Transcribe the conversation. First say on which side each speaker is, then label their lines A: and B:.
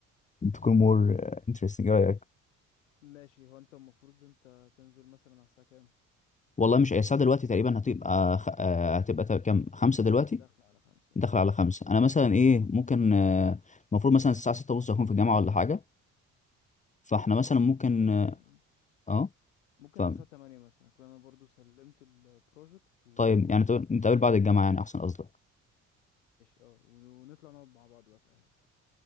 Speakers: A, on the left; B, on the left.
A: تكون مور انترستنج ايه رايك
B: ماشي هو انت المفروض انت تنزل مثلا على الساعة كام؟
A: والله مش الساعه دلوقتي تقريبا هتبقى خ... آه، هتبقى تا- كام خمسة دلوقتي
B: داخل على خمسة
A: داخل
B: اه
A: على خمسة أنا مثلا إيه ممكن آه، المفروض مثلا الساعة ستة ونص أكون في الجامعة ولا حاجة فإحنا مثلا
B: ستة
A: ممكن
B: ونص
A: أه آه،
B: ممكن
A: فاهم
B: على الساعة تمانية مثلا أكون أنا برضو سلمت البروجكت وماشي
A: طيب يعني طب- نتقابل بعد الجامعة يعني أحسن قصدك
B: اه ونطلع نقعد مع بعض بقى في قعدة